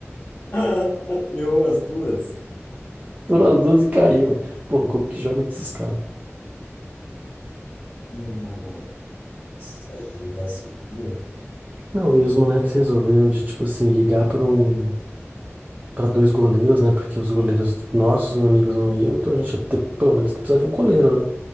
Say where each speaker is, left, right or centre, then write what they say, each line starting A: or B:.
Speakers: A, on the left (about 40°); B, on the right (about 35°).
A: <laughs> Errou as duas.
B: Furou as duas e caiu. Pô, como que joga com esses caras?
A: Nossa, aí ele vacilou.
B: Não, e os moleques resolveram de, tipo assim, ligar para um para dois goleiros, né? Porque os goleiros nossos, amigos, não iam, então a gente ia ter pelo menos que precisar de um goleiro, né?